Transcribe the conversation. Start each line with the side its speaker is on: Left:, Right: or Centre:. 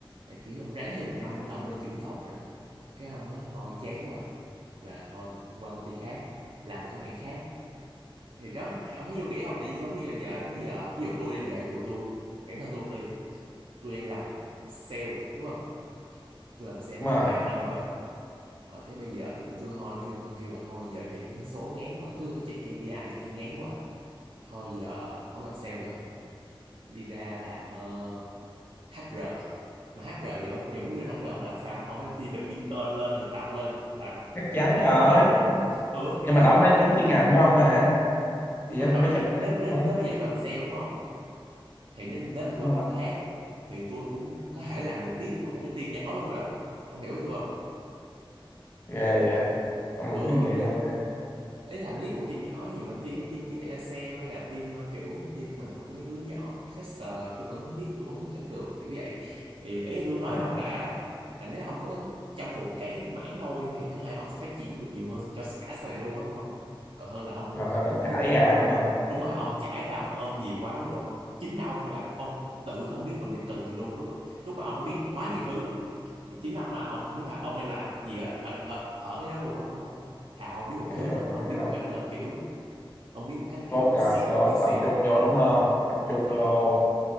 Right: Cái kiểu ông ráng thêm một năm nữa là ông lên trưởng phòng rồi đó cái ông á thôi chán quá giờ thôi qua công ty khác làm một cái mảng khác thì đó ông thấy vô nghĩa không tự nhiên giống như là giờ giống như giờ ví dụ tôi bây giờ ví dụ tôi bản thân tôi luôn đi tôi đang làm sale đúng không tôi làm sale
Left: Đúng
Right: cũng được
Left: rồi
Right: hai ba năm rồi ở cái bây giờ thì tôi thôi kêu, kêu, kêu là thôi giờ nhìn mấy con số ngán quá cứ cứ chạy KPI này kia ngán quá thôi giờ không làm sale nữa đi ra làm ờ, HR mà HR giờ, giờ muốn vô làm HR ông phải làm sao ông phải đi từ intern lên thực tập lên làm
Left: chắc
Right: làm
Left: chắn
Right: lại
Left: rồi
Right: từ, từ đầu luôn ừ thì
Left: nhưng
Right: đó
Left: mà đó mới trúng chuyên ngành của ông mà
Right: nhưng
Left: thì
Right: mà
Left: ông
Right: rõ
Left: cũng phải
Right: ràng
Left: chấp nhận
Right: nếu nếu
Left: thôi.
Right: nếu bây giờ tôi làm sale đúng không thì nếu, nếu mà tôi
Left: đúng rồi
Right: qua bên khác thì tôi cũng có thể làm được lead của một cái team nhỏ luôn rồi đó ông hiểu ý tôi không
Left: ghê vậy ông
Right: ừ
Left: đủ kinh nghiệm
Right: nên
Left: luôn á.
Right: ý là lead một team nhỏ gì mà team mấy team như telesale hay là team ờ, kiểu mấy team mà của mấy đứa nhỏ fresher thì tôi vẫn lead tôi vẫn hướng dẫn được kiểu vậy thì ý là tôi nói
Left: hiểu.
Right: ông là là nếu ông cố gắng trong một cái mảng thôi thì có thể ông sẽ phát triển được nhiều hơn cho cả sau này luôn á phải không còn hơn là ông
Left: còn hay là trải
Right: cứ
Left: ra đúng không
Right: đúng rồi ông chải ra ông ôm nhiều quá vô chính ông là ông tự không biết mình đang cần gì luôn lúc lúc mà ông đã biết quá nhiều thứ á, thì chính ông là ông không biết là ông đang làm gì ở ở ở, ở cái đó luôn á đúng không thà ông biết một
Left: hiểu
Right: thứ à, mà
Left: hiểu
Right: ông
Left: thấy
Right: biết một
Left: không
Right: cách ờ, kiểu ông biết một cách kiểu
Left: focus
Right: xịn
Left: vô,
Right: thiệt xịn
Left: tập
Right: luôn
Left: trung vô
Right: ừ
Left: đúng không tập
Right: đúng
Left: trung
Right: rồi
Left: vô